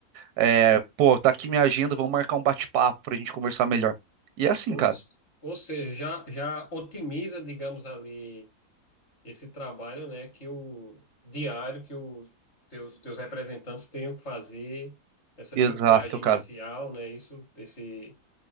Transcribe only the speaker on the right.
É, pô, tá aqui minha agenda, vamos marcar um bate-papo pra gente conversar melhor. E é assim,
cara.
Exato,
cara.